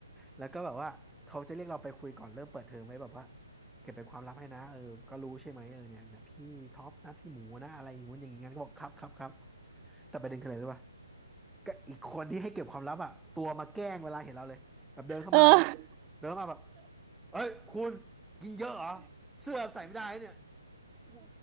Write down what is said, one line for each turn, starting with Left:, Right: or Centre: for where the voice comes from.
Centre: แล้วก็แบบว่าเขาจะเรียกเราไปคุยก่อนเริ่มเปิดเทอมไว้แบบว่าเก็บเป็นความลับให้นะเออก็รู้ใช่ไหมเออเนี่ยเนี่ยพี่ท็อปนะพี่หมูนะอะไรอย่างงู้นอย่างงี้งั้นก็บอกครับครับครับแต่ประเด็นคืออะไรรู้ป่ะก็อีกคนที่ให้เก็บความลับอ่ะตัวมาแกล้งเวลาเห็นเราเลยแบบเดินเข้ามาอย่างเงี้ย
Right: เออ
Centre: เดินเข้ามาแบบเอ้ยคุณกินเยอะเหรอเสื้อใส่ไม่ได้เนี่ยกู